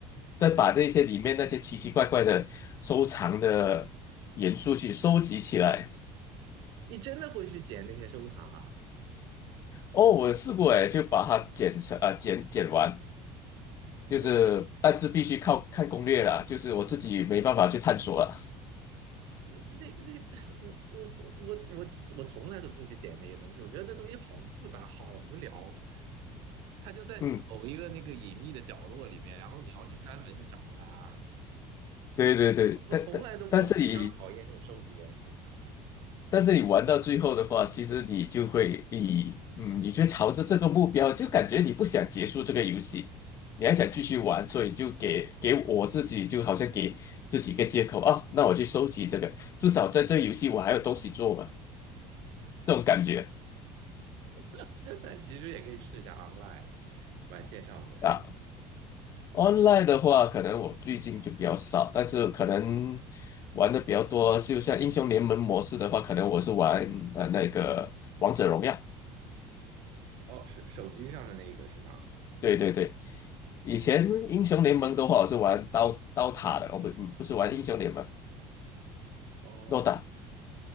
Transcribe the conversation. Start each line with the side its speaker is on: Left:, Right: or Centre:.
Left: 再把那些里面那些奇奇怪怪的收藏的元素去收集起来。
Right: 你真的会去捡那些收藏啊？
Left: 哦，我有试过哎，就把它剪成啊、剪剪完，就是但是必须靠看攻略啦，
Right: 我
Left: 就是我自己没办法去探索了。
Right: 那那那我我我我我从来都不会去点那些东西，我觉得那东西好复杂，好无聊。它就在某一个那个隐秘的角落里面，
Left: 嗯，
Right: 然后你要去专门去找它。
Left: <laughs> 对对对，
Right: 我我从来都我非常讨厌这种收集元素，
Left: 但但但是你但是你玩到最后的话，其实你就会以嗯，你就朝着这个目标，就感觉你不想结束这个游戏，你还想继续玩，所以就给给我自己就好像给自己一个借口啊，那我去收集这个，至少在这个游戏我还有东西做嘛，这种感觉。
Right: <laughs> 但其实也可以试一下 online 玩线上模式。
Left: 啊。online 的话，可能我最近就比较少，但是可能玩的比较多，就像英雄联盟模式的话，可能我是玩呃那个王者荣耀。
Right: 哦，是手机上的那个是吗？
Left: 对对对，以前英雄联盟的话，我是玩刀刀塔的，我不嗯不是玩英雄联盟，
Right: 哦，
Left: 诺打。